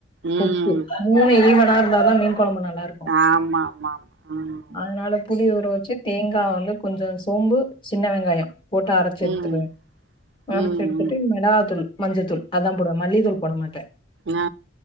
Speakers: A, on the right (about 65°); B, on the left (about 25°).
A: ம்
B: உப்பு மூணு ஈவனா இருந்தாதா மீன் கொழம்பு நல்லா இருக்கு
A: ஆமா ஆமா ஆமா ம்
B: அதனால புளி உற வச்சு தேங்கா வந்து கொஞ்ச சோம்பு சின்ன வெங்காயொ போட்டு அரச்சி எடுத்துகுவ
A: ம் ம்
B: அரச்சி எடுத்துட்டு
A: ம்
B: மிளகாதூள் மஞ்சத்தூள் அதா போடுவே மல்லித்தூள் போட மாட்ட
A: ஆ